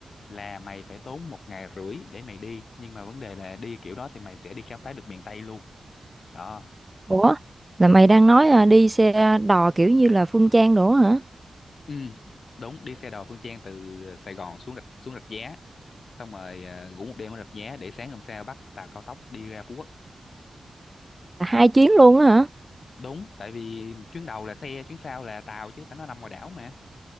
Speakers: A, on the left (about 65°); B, on the right (about 15°).
A: là mày phải tốn một ngày rưỡi để mày đi nhưng mà vấn đề là đi kiểu đó thì mày sẽ đi khám phá được miền Tây luôn đó
B: Ủa, là mày đang nói à, đi xe đò kiểu như là Phương Trang đổ hả?
A: ừ đúng đi xe đò Phương Trang từ Sài Gòn xuống Rạch xuống Rạch Giá xong rồi ờ, ngủ một đêm ở Rạch Giá để sáng hôm sau bắt tàu cao tốc đi ra Phú Quốc
B: Là hai chuyến luôn á hả?
A: đúng tại vì chuyến đầu là xe chuyến sau là tàu chứ tại nó nằm ngoài đảo mà